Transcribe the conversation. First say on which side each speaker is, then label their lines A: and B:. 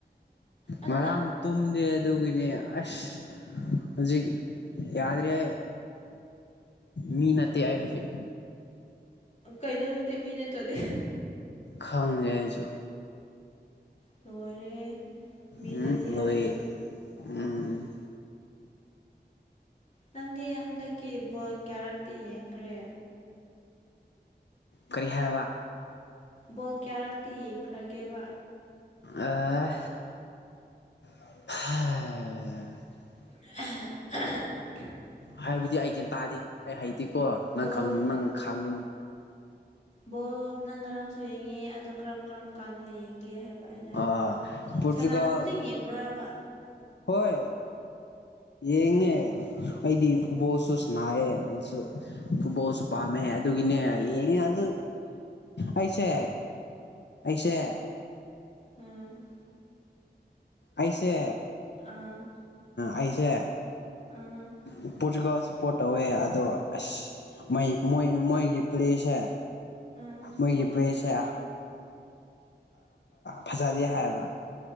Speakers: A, on the left; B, on the left.
A: ꯑꯗ
B: ꯉꯔꯥꯡ ꯇꯨꯝꯗꯦ ꯑꯗꯨꯒꯤꯅꯦ ꯑꯁ ꯍꯧꯖꯤꯛ ꯌꯥꯗ꯭ꯔꯦ ꯃꯤ ꯅꯇꯦ ꯑꯩ ꯍꯧꯖꯤꯛ
A: ꯀꯩꯅꯣ ꯇꯨꯗꯦ ꯃꯤ ꯅꯠꯇ꯭ꯔꯗꯦ
B: ꯈꯪꯖꯩ ꯑꯩꯁꯨ
A: ꯇꯣꯏꯔꯦ ꯃꯤꯅꯠꯇ
B: ꯎꯝ ꯂꯣꯏ ꯎꯝ
A: ꯅꯪꯗꯤ ꯍꯟꯗꯛꯀꯤ ꯕꯜ ꯀꯌꯥꯔꯛꯇꯤ ꯌꯦꯡꯈ꯭ꯔꯦ
B: ꯀꯔꯤ ꯍꯥꯏꯕ
A: ꯕꯣ ꯀꯌꯥꯔꯛꯇꯤ ꯌꯦꯡꯈ꯭ꯔꯒꯦꯕ
B: ꯑ ꯑꯦ
A: <unintelligible>
B: ꯍꯥꯏꯕꯗꯤ ꯑꯩ ꯀ꯭ꯌꯥꯟ ꯇꯥꯗꯦ ꯑꯩ ꯍꯩꯇꯦꯀꯣ ꯅꯪ
A: ꯕꯣꯜ
B: ꯅꯪ ꯈꯪ
A: ꯕꯣꯜ ꯅꯪ ꯉꯔꯥꯡꯁꯨ ꯌꯦꯡꯉꯦ ꯑꯗꯣ ꯀꯔꯝ ꯀꯔꯝ ꯀꯥꯟꯗ ꯌꯦꯡꯒꯦ ꯍꯥꯏꯕ ꯑꯩꯅ ꯍꯥꯏꯕꯗꯤ
B: ꯑꯥ ꯄꯣꯔꯇꯨꯒꯜ
A: ꯁꯥꯟꯅꯕ ꯈꯨꯗꯤꯡ ꯌꯦꯡꯕ꯭ꯔꯕ
B: ꯍꯣꯏ ꯌꯦꯡꯉꯦ ꯑꯩꯗꯤ ꯐꯨꯕꯣꯁꯨ ꯁꯅꯥꯏꯑꯌꯦ ꯑꯗꯨꯁꯨ ꯐꯨꯕꯣꯁꯨ ꯄꯥ ꯆꯃꯦ ꯑꯗꯨꯒꯤꯅꯦ ꯌꯦꯡꯉꯦ ꯑꯗꯨ ꯑꯩꯁꯦ ꯑꯩꯁ
A: ꯑꯝ
B: ꯑꯩꯁꯦ
A: ꯑꯥ
B: ꯑꯩꯁꯦ
A: ꯑꯥ
B: ꯎ ꯄꯆꯨꯒꯁ ꯄꯣꯠ ꯇꯧꯋꯦ ꯑꯗꯣ ꯑꯁꯣꯏ ꯃꯣꯏꯒꯤ ꯄ꯭ꯂꯦꯁꯦ
A: ꯑꯥ
B: ꯃꯣꯏꯒꯤ ꯄ꯭ꯔꯦ ꯁꯦ ꯐꯖꯔꯤꯦ ꯍꯥꯏꯌꯦꯕ